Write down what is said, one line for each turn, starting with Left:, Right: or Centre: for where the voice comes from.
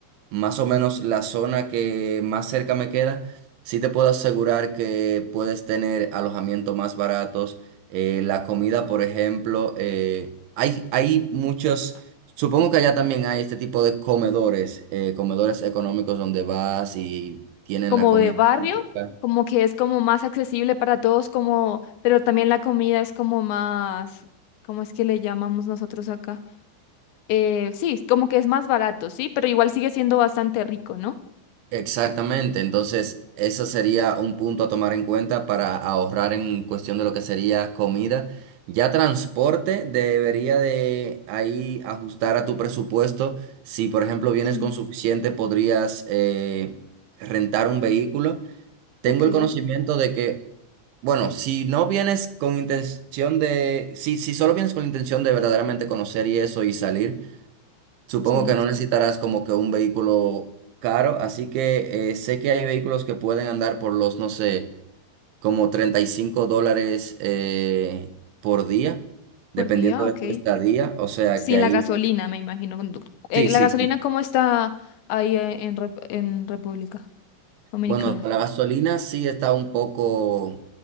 Right: más o menos la zona que más cerca me queda, sí te puedo asegurar que puedes tener alojamiento más baratos. eh, la comida, por ejemplo, eh, hay, hay muchos, supongo que allá también hay este tipo de comedores, eh, comedores económicos donde vas y tienen
Left: Como
Right: la comida
Left: de barrio,
Right: típica.
Left: como que es como más accesible para todos, como, pero también la comida es como más, ¿cómo es que le llamamos nosotros acá? Eh, sí, es como que es más barato, sí, pero igual sigue siendo bastante rico, ¿no?
Right: Exactamente, entonces eso sería un punto a tomar en cuenta para ahorrar en cuestión de lo que sería comida. Ya transporte debería de ahí ajustar a tu presupuesto. Si por ejemplo vienes
Left: Sí.
Right: con suficiente, podrías eh, rentar un vehículo. Tengo
Left: Ok,
Right: el conocimiento de que, bueno, si no vienes con intención de, si, si solo vienes con la intención de verdaderamente conocer y eso y salir. Supongo
Left: sí.
Right: que no necesitarás como que un vehículo caro, así que eh, sé que hay vehículos que pueden andar por los, no sé, como 35 dólares eh, por día,
Left: Por
Right: dependiendo
Left: día,
Right: de
Left: ok.
Right: tu estadía. O sea
Left: Sin
Right: que ahí,
Left: la gasolina, me imagino. Cuando- eh,
Right: sí,
Left: ¿La
Right: sí,
Left: gasolina
Right: sí.
Left: cómo está ahí eh, en, Rep- en República Dominicana?
Right: Bueno, la gasolina sí está un poco